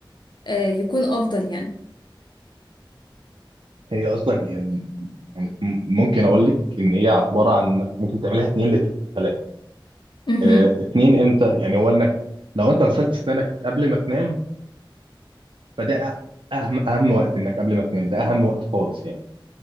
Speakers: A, on the left; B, on the right.
A: آه يكون افضل يعني
B: هي اصلا هي م- يعني م- ممكن اقول لك ان هي عباره عن إنك ممكن تعملها اتنين لتلاتة
A: امم
B: اه اتنين امتى يعني هو انك لو انت غسلت اسنانك قبل ما تنام فده اهم اهم وقت انك قبل ما تنام ده اهم وقت خالص يعني